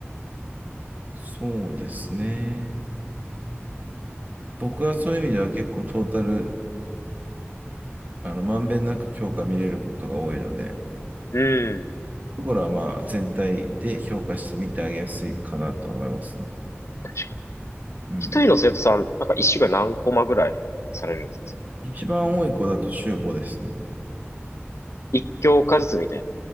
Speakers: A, on the right (about 35°); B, on the left (about 80°).
A: そうですね。僕はそういう意味では結構トータル、あの、まんべんなく評価見れることが多いので、
B: うん、
A: ところはまあ全体で評価してみてあげやすいかなと思いますね。
B: 確かに。
A: うん。
B: 一人の生徒さん、なんか一週間何コマぐらいされるんですか、それ。
A: 一番多い子だと中5ですね。
B: 一教科ずつみたいな